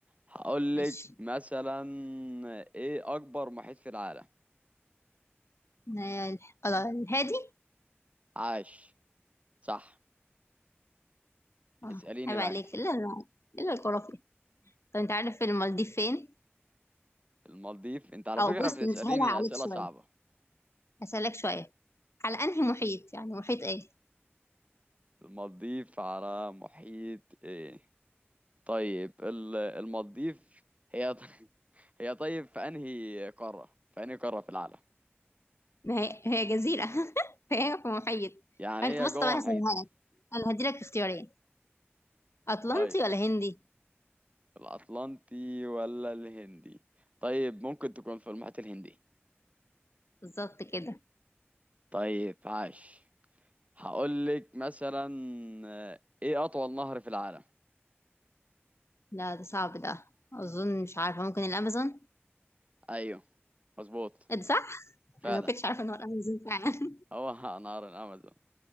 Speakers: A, on the right; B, on the left.
A: هقول
B: ماشي
A: لك مثلا ايه اكبر محيط في العالم
B: نا- الح- آه، الهادي
A: عاش صح
B: اه
A: اسأليني
B: عيب
A: بقى
B: عليك
A: انت
B: الا ال- الا الخرافي طب انت عارف المالديف فين
A: المالديف انت على
B: او
A: فكرة
B: بص
A: بتسأليني
B: نسهلها عليك
A: اسئلة
B: شوية
A: صعبة
B: هسهلك شوية على انهي محيط يعني محيط ايه
A: المالديف على محيط ايه طيب ال- المالديف هي <laughs> هي طيب في انهي قارة في انهي قارة في العالم
B: ما هي هي جزيرة <laughs> فهي في محيط
A: يعني
B: فانت
A: هي
B: بص
A: جوه
B: طبعا هسهلها
A: محيط
B: لك انا هديلك اختيارين أطلنطي
A: طيب
B: ولا هندي
A: الاطلنطي ولا الهندي طيب ممكن تكون في المحيط الهندي
B: بالظبط كده
A: طيب عاش هقول لك مثلا آه، ايه اطول نهر في العالم
B: لا ده صعب ده أظن مش عارفة ممكن الأمازون
A: ايوه مظبوط
B: إيه ده صح
A: فعلا
B: أنا ما كنتش عارفة إن هو الأمازون فعلا
A: هو <laughs> نهر الامازون